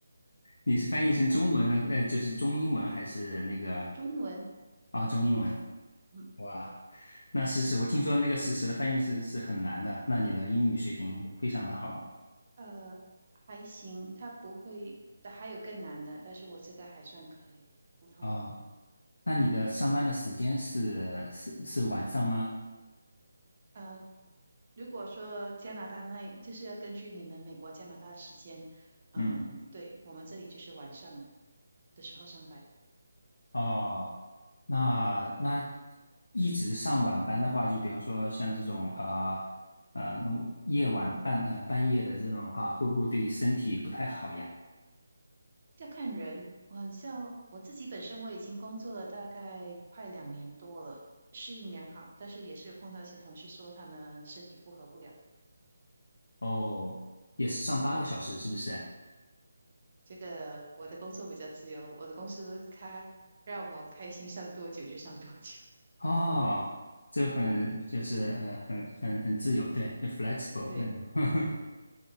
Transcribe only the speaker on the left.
你是翻译成中文，
呃，就是中英文还是那个
啊，中英文？
哇，那实时，我听说那个实时的翻译是是很难的，那你的英语水平非常的好
啊。哦，那你的上班的时间是是是晚上吗？
嗯，
哦，那那一直上晚班的话，就比方说像这种呃呃，那种夜晚半呃半夜的这种的话，会不会对身体不太好呀？
哦，也是上八个小时，是不是？
哦，这很就是呃很很很自由，对，就 flexible
那种